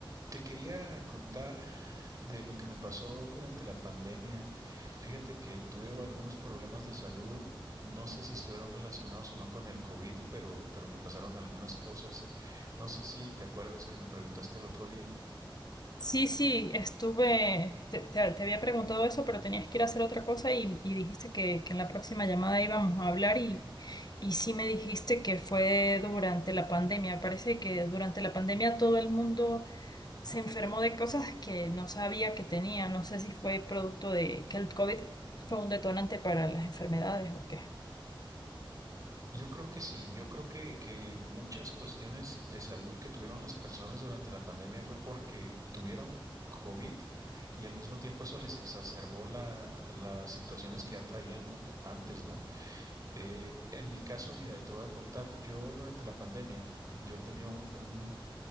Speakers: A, on the right; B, on the left.
A: Te quería contar de lo que me pasó durante la pandemia. Fíjate que tuve algunos problemas de salud. No sé si estuvieron relacionados o no con el COVID, pero, pero me pasaron algunas cosas. No sé si te acuerdas que me preguntaste el otro día.
B: Sí, sí, estuve, te, te- te había preguntado eso, pero tenías que ir a hacer otra cosa y, y dijiste que, que en la próxima llamada íbamos a hablar y, y sí me dijiste que fue durante la pandemia. Parece que durante la pandemia todo el mundo se enfermó de cosas que no sabía que tenía. No sé si fue producto de que el COVID fue un detonante para las enfermedades o qué.
A: Yo creo que sí, yo creo que, que muchas cuestiones de salud que tuvieron las personas durante la pandemia fue porque tuvieron COVID y al mismo tiempo eso les exacerbó la, las situaciones que ya traían a- antes, ¿no? Eh, en mi caso, mira, te voy a contar, yo durante la pandemia, yo tenía un, un,